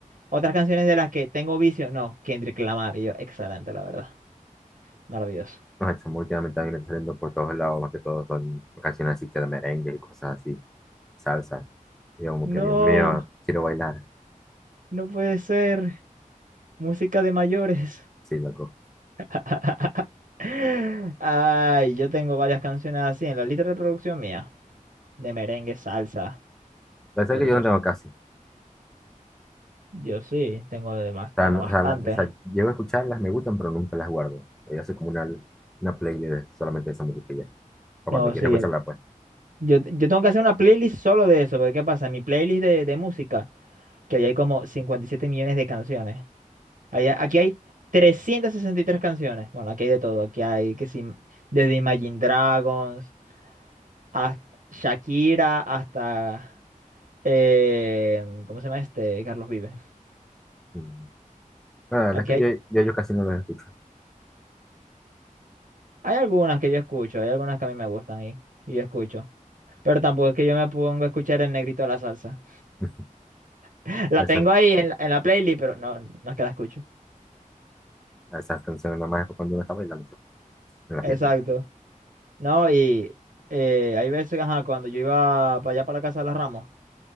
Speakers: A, on the right; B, in the centre.
A: otras canciones de las que tengo vicio, no, Kendrick Lamar. Y yo, excelente, la verdad. Maravilloso.
B: Los hechos últimamente también me están saliendo por todos lados, más que todo son canciones así que de merengue y cosas así. salsa. Y yo como
A: No,
B: que, Dios mío, quiero bailar.
A: no puede ser. Música de mayores.
B: Sí, loco.
A: <laughs> Ay, yo tengo varias canciones así en la lista de reproducción mía, de merengue, salsa,
B: Pero
A: pero
B: es que yo
A: todo
B: no tengo
A: eso.
B: casi. O
A: Yo sí, tengo de más,
B: sea,
A: tengo
B: no-
A: bastante.
B: o sea, la- o sea, llego a escucharlas, me gustan, pero nunca las guardo. Yo soy como una, una playlist de- solamente de esa música y ya. O
A: No,
B: cuando quiero
A: sí,
B: escucharla, pues.
A: yo, yo tengo que hacer una playlist solo de eso, porque ¿qué pasa? Mi playlist de, de música, que ahí hay como 57 millones de canciones. Ahí- aquí hay 363 canciones. Bueno, aquí hay de todo, aquí hay que sí, desde Imagine Dragons, hasta Shakira, hasta, eh, ¿cómo se llama este? Carlos Vives.
B: Mm. No, la verdad
A: Aquí
B: es que
A: hay,
B: yo, yo, yo casi no las escucho.
A: hay algunas que yo escucho, hay algunas que a mí me gustan y, y yo escucho. Pero tampoco es que yo me pongo a escuchar el negrito de la salsa.
B: <laughs>
A: <laughs> La
B: A esas,
A: tengo ahí en, la en la playlist, pero no, no es que la escucho.
B: a esas canciones nada más es cuando uno está bailando pues, en la
A: Exacto.
B: fiesta.
A: No, y eh, hay veces, ajá, cuando yo iba para allá para la casa de las Ramos,